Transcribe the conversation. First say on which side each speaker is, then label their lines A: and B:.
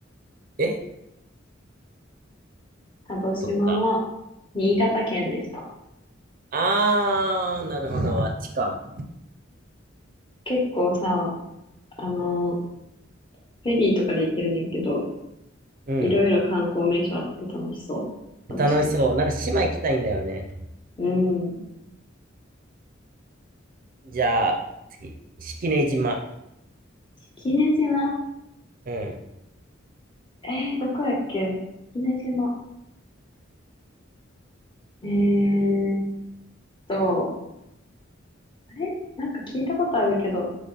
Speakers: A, on the right (about 45°); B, on the left (about 25°).
A: え
B: 佐渡島は
A: どこだ
B: 新潟県でした。
A: ああー、なるほど。あっちか。
B: 結構さ、あの、フェリーとかで行けるねんけど、
A: うん。
B: いろいろ観光名所あって楽しそう。佐渡島。
A: 楽しそう。なんか島行きたいんだよね。
B: うん。
A: じゃあ、次。式根島。
B: 式根島
A: うん。
B: えー、どこやっけ式根島。えーと、あれなんか聞いたことあるけど、